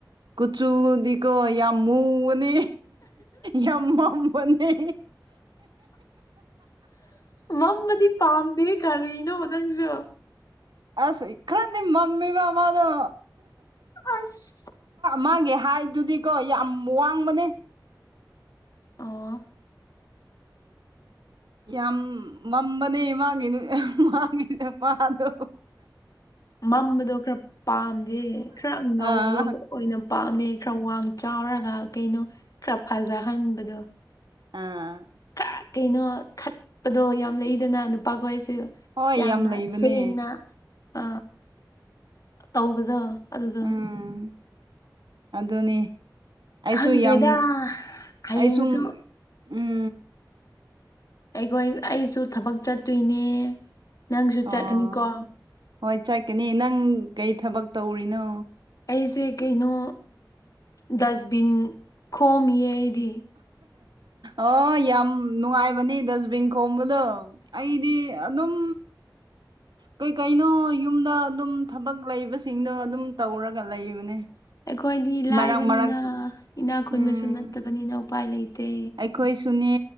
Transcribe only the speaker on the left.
ꯃꯝꯃꯗꯤ ꯄꯥꯝꯗꯦ ꯀꯔꯤꯅꯣ ꯅꯪꯁꯨ
ꯑꯁ
ꯑꯣ
ꯃꯝꯕꯗꯣ ꯈꯔ ꯄꯥꯝꯗꯦ ꯈꯔ ꯉꯧꯕꯗꯣ
ꯑꯣꯏꯅ ꯄꯥꯝꯃꯦ ꯈꯔ ꯋꯥꯡ ꯆꯥꯎꯔꯒ ꯀꯩꯅꯣ ꯈꯔ ꯐꯖꯍꯟꯕꯗꯣ
ꯈꯔ ꯀꯩꯅꯣ ꯈꯠꯄꯗꯣ ꯌꯥꯝ ꯂꯩꯗꯅ ꯅꯨꯄꯥꯈꯣꯏꯁꯨ
ꯌꯥꯝꯅ
ꯁꯦꯡꯅ ꯑ ꯇꯧꯕꯗꯣ ꯑꯗꯨꯗꯣ
ꯈꯪꯗ꯭ꯔꯦꯗ
ꯍꯌꯦꯡꯁꯨ
ꯑꯩꯈꯣꯏ ꯑꯩꯁꯨ ꯊꯕꯛ ꯆꯠꯇꯣꯏꯅꯦ ꯅꯪꯁꯨ
ꯆꯠꯀꯅꯤꯀꯣ
ꯑꯩꯁꯦ ꯀꯩꯅꯣ ꯗꯁꯕꯤꯟ ꯈꯣꯝꯃꯤꯌꯦ ꯑꯩꯗꯤ
ꯑꯩꯈꯣꯏꯗꯤ ꯂꯥꯏꯕꯅꯤꯅ
ꯏꯅꯥ ꯈꯨꯟꯕꯁꯨ
ꯅꯠꯇꯕꯅꯤꯅ ꯎꯄꯥꯏ ꯂꯩꯇꯦ